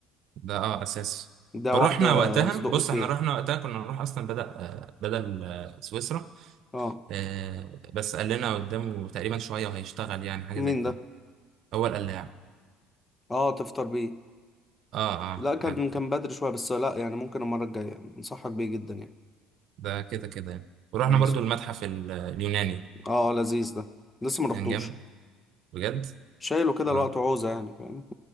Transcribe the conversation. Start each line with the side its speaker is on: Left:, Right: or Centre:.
Right: ده اه اساسي
Left: ده
Right: رحنا
Left: واحده
Right: وقتها
Left: صدق
Right: بص
Left: كيري
Right: احنا رحنا وقتها كنا نروح اصلا بدأ آه، بدل آه، سويسرا
Left: اه
Right: آه بس قال لنا قدامه تقريبا شوية وهيشتغل يعني حاجة زي
Left: مين
Right: كده
Left: ده
Right: هو القلاع
Left: اه تفطر بيه
Right: اه اه
Left: لا كان
Right: يعني
Left: كان بدري شويه بس لا يعني ممكن المره الجايه يعني انصحك بيه جدا يعني
Right: ده كده كده يعني ورحنا
Left: خلاص
Right: برضو المتحف ال- اليوناني
Left: اه لذيذ ده لسه ما رحتوش
Right: كان جامد بجد
Left: شايله كده الوقت
Right: اه
Left: عوزه يعني فاهم